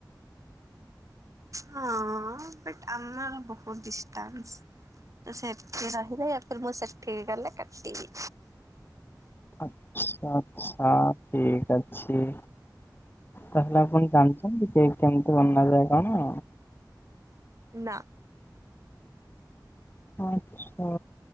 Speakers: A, on the right (about 45°); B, on the left (about 30°).
A: ହଁ ବଟ ଆମର ବହୁତ ଡିଷ୍ଟାନ୍ସ। ତ ସେଠି ରହିଲେ ୟା ଫିର୍ ମୁଁ ସେଠିକି ଗଲେ କାଟିବି।
B: ଆଛା ଆଚଛା ଠିକ୍ ଅଛି। ତାହେଲେ ଆପଣ ଜାଣିଛନ୍ତି କି କେମିତି ବନା ଯାଏ କଣ?
A: ନାଁ।
B: ଆଛା